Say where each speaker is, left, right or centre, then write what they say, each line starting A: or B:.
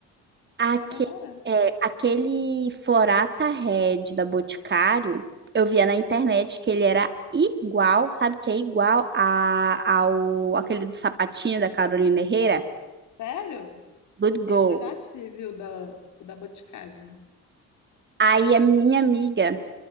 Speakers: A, on the right; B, on the left.
A: Aque-
B: Isso é mais barato.
A: é, aquele Florata Red da Boticário, eu via na internet que ele era igual, sabe que é igual a, ao aquele do sapatinho da Carolina Herrera,
B: Sério?
A: Good
B: Esse
A: Girl.
B: eu já tive, o da, o da Boticário, né?
A: Aí a minha amiga